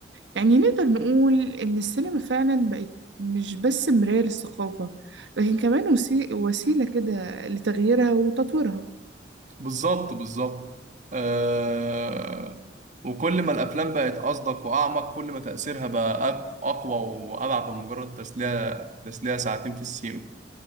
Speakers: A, on the right; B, on the right.
A: يعني نقدر نقول إن السينما فعلا بقت مش بس مراية للثقافة لكن كمان وسي- وسيلة كده لتغييرها وتطويرها
B: بالظبط بالظبط آه... وكل ما الأفلام بقت أصدق وأعمق كل ما تأثيرها بقى أق- أقوى وأبعد من مجرد تسلية تسلية ساعتين في السينما